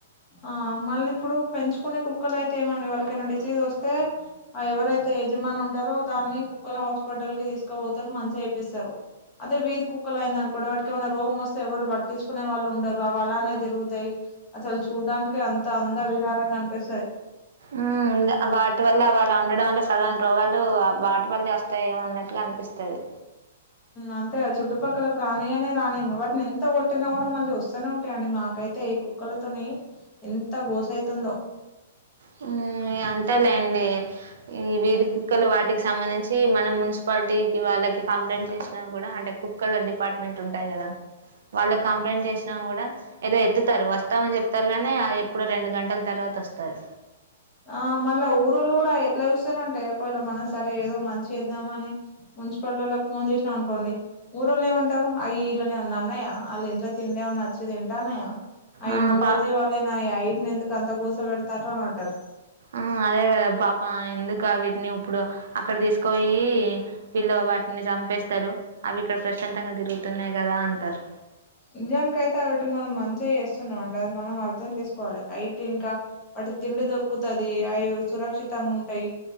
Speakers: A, on the left; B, on the right.
A: ఆ మళ్ళ ఇప్పుడు పెంచుకునే కుక్కలు అయితే ఏమండి వాళ్ళకేమన్నా డిసీజ్ వస్తే ఆ ఎవరైతే యజమాని ఉంటరో దాన్ని కుక్కల హాస్పిటల్ కి తీసుకపోతరు మంచిగా చేపిస్తరు. అదే వీధి కుక్కలు అయింది అనుకోండి వాటికి ఏమన్నా రోగం వస్తే ఎవళు పట్టించుకునే వాళ్ళు ఉండరు అవి అలానే తిరుగుతయి. అసలు చూడడానికే అంత అంద విహారంగా అనిపిస్తయి.
B: ఉ గ వాటి వళ్ళా అవి అలా ఉండడం వల్ల సగం రోగాలు వాటి వల్లే వస్తాయి ఏమో అన్నట్టుగా అనిపిస్తది.
A: అంతేగా చుట్టుపక్కలకు రానియనే రానియము వాటిని ఎంత కొట్టినా కూడా మళ్ళీ వస్తనే ఉంటయండి మాకైతే ఈ కు కుక్కలతోని ఎంత గోస అయితుందో.
B: హ్ ఇగ అంతే లేండి. ఈ వీధి కుక్కలు వాటికి సంబంధించి మనం మున్సిపాలిటీకి వాళ్ళకి కంప్లైంట్ చేశినా కూడా అంటే కు క్కల డిపార్ట్మెంట్ ఉంటాయి కదా వాళ్ళకు కంప్లైంట్ చేసినా కూడా ఏదో ఎత్తుతరు వస్తాము అని చెప్తరు కానీ ఆ ఎప్పుడో రెండు గంటల తర్వాత వస్తారు.
A: ఆ మళ్ళా ఊరోళ్ళు కూడా ఎట్లా చూస్తరంటే ఒకవేళ మన సరే ఏదో మంచి చేద్దామని మున్సిపాలిటోళ్ళకు ఫోన్ చేశినం అనుకోండి ఊరోల్లు ఏమంటరు అయి ఇళ్ళని ఎమన్నా అన్నయా ఆళ్ళ ఇంట్లో తిండే ఏమన్నా అచ్చి తింటన్నయా. అయి
B: ఆ!
A: మూగజీవాలేనాయే
B: పా
A: అయిట్ని ఎందుకు అంత గోస పెడతాల్లు అని అంటరు.
B: ఆ అదే కదా పాపం ఎందుకు అవిటిని ఇప్పుడు అక్కడ తీసుకోయి వీళ్ళు వాటిని చంపేస్తరు అవి ఇక్కడ ప్రశాంతంగా తిరుగుతున్నాయి కదా అంటరు.
A: నిజానికి అయితే అవిటికి మనం మంచిగా చేస్తున్నాం అండి. అది మనం అర్థం తీసుకోవాలి ఐటి ఇంకా వాటికి తిండి దొరుకు దొరుకుతాయి అయి సురక్షితంగా ఉంటాయి